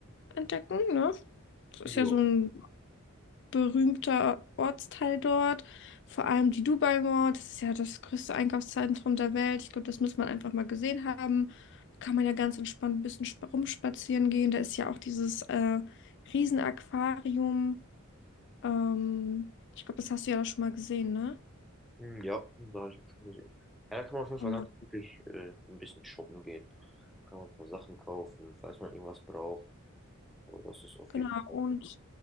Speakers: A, on the left; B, in the centre.
A: entdecken, ne? Das ist
B: Ja,
A: ja so ein berühmter Ortsteil dort. Vor allem die Dubai Mall, das ist ja das größte Einkaufszentrum der Welt. Ich glaube, das muss man einfach mal gesehen haben. Da kann man ja ganz entspannt ein bisschen spa- rumspazieren gehen. Da ist ja auch dieses äh, Riesenaquarium. Ähm, ich glaube, das hast du ja da schon mal gesehen, ne?
B: Hm, ja, da habe ich auch schon gesehen. Ja, da kann man auf jeden
A: Genau.
B: Fall ganz wirklich äh, ein bisschen shoppen gehen. Kann man ein paar Sachen kaufen, falls man irgendwas braucht. Aber das ist auf
A: Genau,
B: jeden Fall.
A: und,